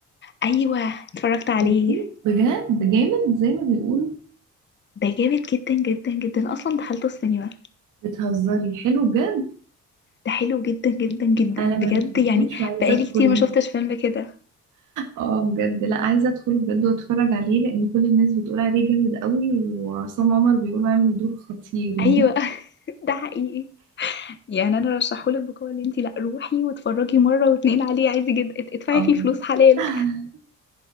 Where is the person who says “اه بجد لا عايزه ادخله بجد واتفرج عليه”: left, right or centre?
Right